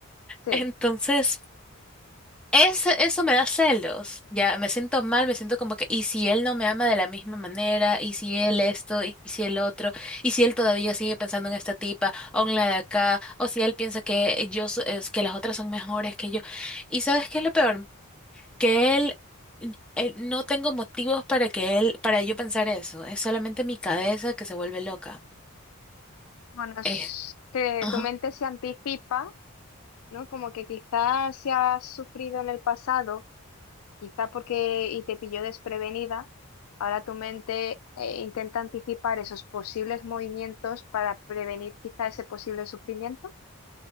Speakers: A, on the left; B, in the centre.
A: Sí.
B: Entonces, eso, eso me da celos, ya me siento mal, me siento como que, ¿y si él no me ama de la misma manera? ¿Y si él esto? ¿Y si el otro? ¿Y si él todavía sigue pensando en esta tipa o en la de acá? ¿O si él piensa que yo, so- es que las otras son mejores que yo? ¿Y sabes qué es lo peor? Que él, él- no tengo motivos para que él, para yo pensar eso, es solamente mi cabeza que se vuelve loca.
A: Bueno, es
B: es
A: que
B: ajá.
A: tu mente se anticipa, ¿no? Como que quizás si has sufrido en el pasado Quizá porque y te pilló desprevenida, ahora tu mente eh, intenta anticipar esos posibles movimientos para prevenir quizá ese posible sufrimiento.